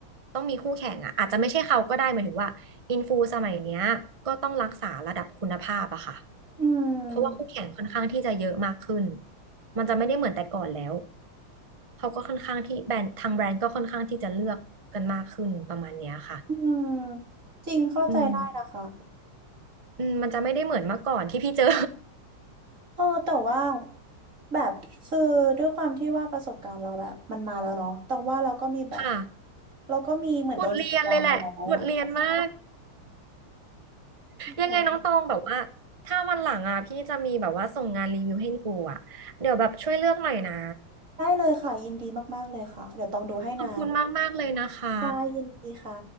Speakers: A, on the right; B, on the right.
A: ต้องมีคู่แข่งอะอาจจะไม่ใช่เขาก็ได้หมายถึงว่าอินฟูสมัยเนี้ยก็ต้องรักษาระดับคุณภาพอะค่ะ
B: อืม
A: เพราะว่าคู่แข่งค่อนข้างที่จะเยอะมากขึ้นมันจะไม่ได้เหมือนแต่ก่อนแล้วเขาก็ค่อนข้างที่แบรนด์ทางแบรนด์ก็ค่อนข้างที่จะเลือกกันมากขึ้นประมาณเนี้ยค่ะ
B: อืมจริงเข้าใจได้นะคะ
A: อืมอืมมันจะไม่ได้เหมือนเมื่อก่อนที่พี่เจอ
B: เออแต่ว่าแบบคือด้วยความที่ว่าประสบการณ์เราแบบมันมาแล้วเนาะแต่ว่าเราก็มีแบบ
A: <laughs> ค่ะ
B: เราก็มีเหมือนโดนฉีดยามาแล้วอ่ะใช่
A: บทเรียนเลยแหละบทเรียนมาก
B: ะ
A: ยังไงน้องตองแบบว่า ถ้าวันหลังอ่ะพี่จะมีแบบว่าส่งงานรีวิวให้กูอ่ะ เดี๋ยวแบบช่วยเลือกหน่อยนะ
B: ได้เลยค่ะยินดีมากๆเลยค่ะเดี๋ยวต้องดูให้นะ
A: ขอบคุณมากๆเลยนะคะ
B: ค่ะยินดีค่ะ